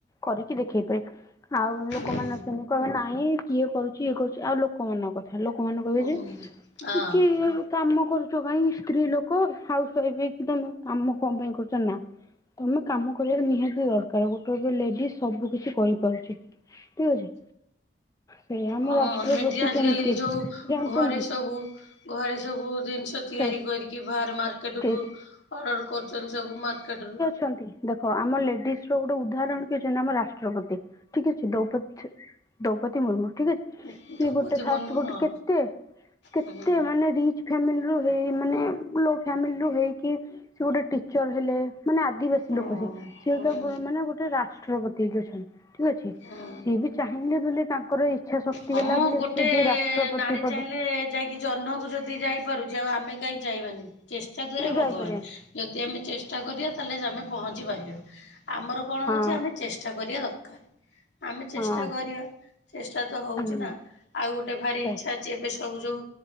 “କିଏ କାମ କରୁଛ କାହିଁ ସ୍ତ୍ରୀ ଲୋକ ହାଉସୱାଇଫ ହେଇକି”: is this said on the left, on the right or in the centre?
Left